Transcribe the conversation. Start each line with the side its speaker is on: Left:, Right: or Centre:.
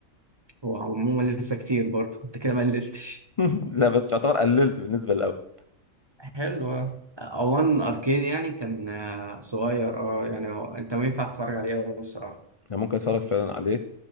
Right: هو عموما لسه كتير برضه <laughs> انت كده ما قللتش
Left: <laughs> لا بس يعتبر قللت بالنسبه للاول
Right: حلو آه. اوان اركين يعني كان آه، صغير اه يعني هو انت ما ينفع تتفرج عليه أوي الصراحه
Left: يعني ممكن اتفرج فعلا عليه